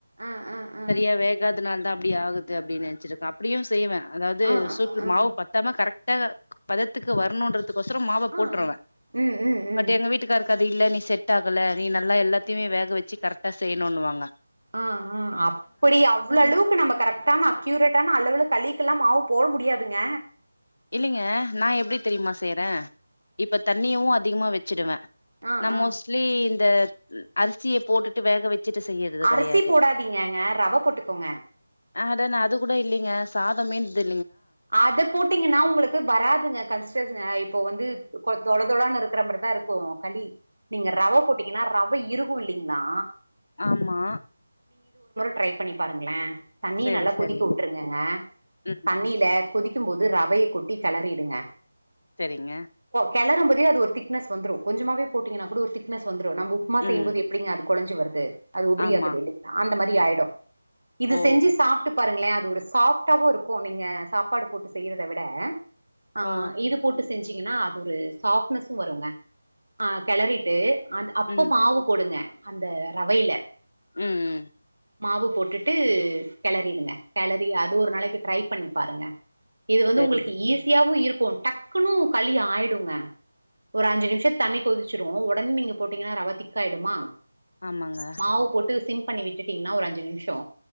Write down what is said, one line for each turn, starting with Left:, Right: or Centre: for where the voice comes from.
Right: ஆ ஆ ஆ
Left: சரியா வேகாதனால்தா அப்படி ஆகுது அப்டினு நினைச்சிருக்கன் அப்டியும் செய்வே அதாது
Right: ஆ ஆ
Left: சூற்று
Right: ஆ
Left: மாவு பத்தாம கரெக்ட் ட பதத்துக்கு வரணுன்ற ஒசரம் மாவை
Right: ஆ
Left: போட்டுறவே
Right: ம் ம் ம்
Left: மட்டு எங்க வீட்டுக்காருக்க து இல்ல நீ செட் ஆகல நீ நல்லா எல்லாத்தையுமே வேக வேச்சு கரெக்டா செய்யணும்னு வாங்க
Right: அ அ அப்டி அவ்வுளுவுக்கு நம்ம கரெக்டான அக்யூரட்டான அளவுல களிக்கல்லாம் மாவ் போட முடியாதுங்க
Left: இல்லீங்க நான் எப்டி தெரியுமா செய்றேன் இப்ப தண்ணியவும் அ திகமாக வச்சுடுவே
Right: ஆ
Left: நா
Right: ஆ
Left: மோஸ்லி த அரிசியை போட்டுட்டு வேக வச் ட்டு செய்யறது
Right: அரிசி
Left: கிடையாது
Right: போடாதீங்கங்க ரவ போட்டுக்கோங்க
Left: அதான அது கூட இல்லீங்க சாதமீந்து
Right: அத போட்டீங்கன்னாவ் ங்களுக்கு வராதுங்க கஸ்டங்க இப்ப வந்து தொல தொல இருக்கிற மாதிரிதான் இருக்கும் களி நீங்க ரவை போட்டீங்கீன்னா ரவ இருகு இல்லீங்கிளா
Left: ஆமா
Right: ட்ரை பண்ணி பாருங்களே தண்ணி
Left: செரி
Right: நல்லா
Left: செரிங்
Right: கொதிக்கி விட்டுருங்கங்க
Left: ம்
Right: தண்ணி த கொதிக்கும் போது ரவைய கொட்டி கிளறிடுங்க
Left: செரிங்க
Right: கெலரும் போதே அது ஒரு திக்னஸ் வந்துடும் கொஞ்சமாவே போட்டங்கன்னா கூட ஒரு திக்னஸ் வந் ரும் நம்ப உப்புமா செய்யும்
Left: ம்
Right: போது எப்டிங்க அது கொலஞ்சு வருது அது உபுரி
Left: ஆமா
Right: ஆகுது இல்லைங்களா அந்த மாதி ரி ஆயிடும் இது
Left: ஓ
Right: செஞ்சு சாப்ட்டு பாருங்களே அது ஒரு சாஃப்ட்டாவு இருக்கும் நீங்க சாப்பாடு போட்டு செய்யறத விட ஆ
Left: ஓ
Right: இது போட்டு செஞ்சு சிங்கன்னா அது ஒரு சாஃப்ட்னசு வருங்க அ கெளறிட்டு அது அப்ப
Left: ம்
Right: மாவு போடுங்க அந்த ரவைல
Left: ம் ம்
Right: மாவு போட்டுட்டு கெலரிடுங்க கெலரி அது ஒரு நாளைக்கு ட்ரை பண்ணிப் பாருங்க இது வந்து
Left: செரிங்
Right: உங்களுக்கு ஈஸியாவு இருக் க்கும் டக்குனு களி ஆயிடுங்க ஒரு அஞ்சு நிமிஷம் தண்ணிக் கொதிச்சிடு ஒடனே நீங்க போட்டீங்கன்னா ரவ திக் ஆய்டுமா
Left: ஆமாங்க
Right: மாவு போட்டு சிம் பண்ணி விட்டுடீங்கன்னா ஒரு அஞ்சு நிமிஷோ